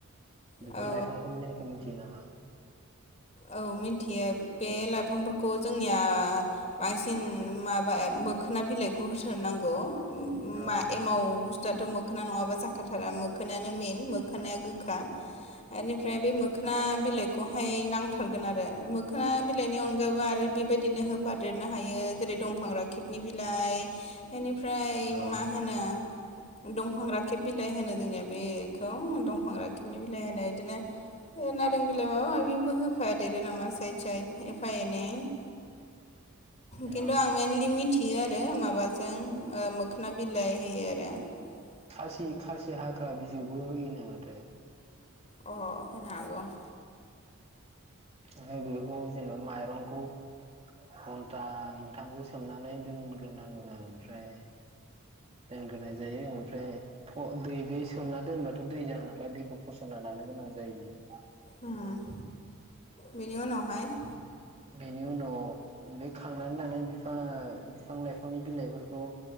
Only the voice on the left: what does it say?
औ औ
औ मिन्थि यो बे लाइफांफोरखौ जोंनिया बांसिन माबा मोखोना बिलाइखौ होथारनांगौ। <inaudible> ओम-मा
एमाव बुस्थ <inaudible> थाथ मोखोना नङाबा जाथारा मोखोनायानो मेन मोख <inaudible> मोखोना गोखा ओनिफ्राय बे मोखोना बिलाइखौहाय नां <inaudible> थारगोन आरो मोखोना बिलाइनि अनगाबो आरो। <inaudible> बेबायदिनो होब <inaudible> फादेरनो हायो जेरै दं <inaudible> फां राखेबनि बिलाइ। <inaudible> बेनिफ्राय
मा होनो। <inaudible> दंफां राखेब बिलाइ होनो जोंनिया बेखौ दंफां राखेबनि बिलाइ होनो इदिनो ओ-नारें बिलाइ माबा माबिबो होब <inaudible> फादेरो नामा स <inaudible> <unintelligible> एफा एनै <inaudible>
खिनथु आं मेनलि मिनथि <inaudible> इयो आरो माबाजों ओ-मोखोना बिलाइ होयो। <unintelligible>
अ होनो हागौ। <inaudible>
ओम बेनि उनावहाय? <inaudible>